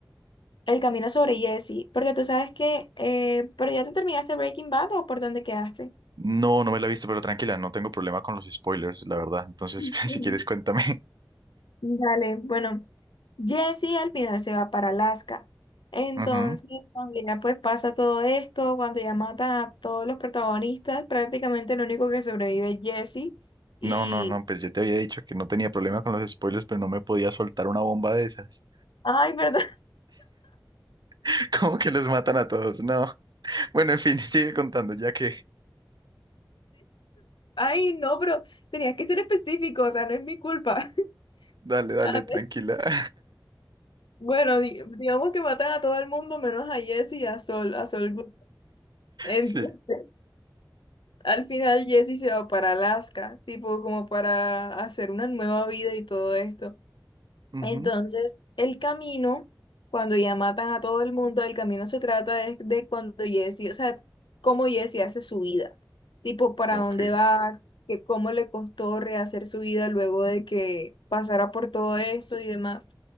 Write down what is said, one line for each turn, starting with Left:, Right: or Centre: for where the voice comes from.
Left: El Camino sobre Jesse, porque tú sabes que, eh, pero ya tú terminaste Breaking Bad o por dónde quedaste.
Right: No, no me la he visto, pero tranquila, no tengo problema con los spoilers, la verdad. Entonces,
Left: <laughs>
Right: <laughs> si
Left: Ujú.
Right: quieres, cuéntame.
Left: Dale, bueno, Jesse al final se va para Alaska. Entonces,
Right: Ujú.
Left: cuando ya pues pasa todo esto, cuando ya matan a todos los protagonistas, prácticamente el único que sobrevive es Jesse y...
Right: No, no, no, pues yo te había dicho que no tenía problema con los spoilers, pero no me podía soltar una bomba de esas.
Left: Ay, perdón. <laughs>
Right: <laughs> ¿Cómo que los matan a todos? No. Bueno, en fin, <laughs> sigue contando, ya que...
Left: Ay, no, pero tenías que ser específico, o sea, no es mi culpa. <laughs>
Right: Dale, dale,
Left: Ah,
Right: tranquila. <laughs>
Left: Bueno, di- digamos que matan a todo el mundo menos a Jesse y a Sol, a Sol. Goodman. Entonces,
Right: Sí.
Left: al final Jesse se va para Alaska, tipo como para hacer una nueva vida y todo esto.
Right: Ujú.
Left: Entonces, el camino, cuando ya matan a todo el mundo, el camino se trata es de cuando Jesse, o sea, cómo Jesse hace su vida, tipo para
Right: Ok.
Left: dónde va, que cómo le costó rehacer su vida luego de que pasara por todo esto y demás.